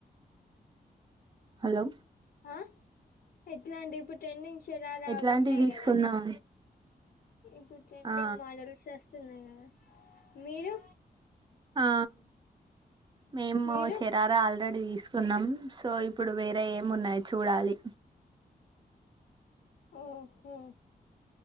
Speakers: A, on the right; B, on the left.
A: హలో
B: ఆ ఎట్లా అంటి ఇప్పుడు టెన్నింగ్స్లాలా
A: ఎట్లాంటివి
B: వుఉన్నాయి
A: తీసుకుందాం
B: కదా ఇప్పుడు ట్రెండింగ్
A: ఆ
B: మోడల్స్ వస్తున్నాయి కదా మీరు
A: ఆ మేము
B: మీరు
A: శరారా ఆల్రెడీ తీసుకు కున్నాం సో ఇప్పుడు వేరే ఏం ఉన్నాయి చూడాలి
B: ఓహో